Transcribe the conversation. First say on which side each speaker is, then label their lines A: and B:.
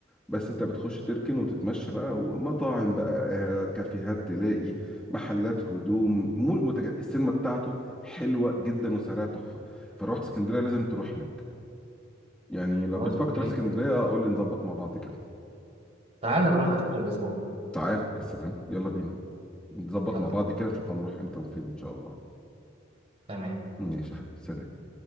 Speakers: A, in the centre; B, on the right.
A: بس أنت بتخش تركن وتتمشى بقى ومطاعم بقى آه، كافيهات تلاقي محلات هدوم مول متك... السينما بتاعته حلوة جدا وسعرها تحفة فروحت اسكندرية لازم تروح هناك يعني لو
B: خلاص
A: بتفكر
B: أوكي
A: تروح اسكندرية آه، قول لي نظبط مع بعض كده
B: تعالى نروح آخر الأسبوع
A: تعال يا سلام يلا بينا نظبط
B: يلا
A: مع بعض كده نشوف هنروح امتى وفين إن شاء الله
B: تمام
A: ماشي يا حبيبي سلام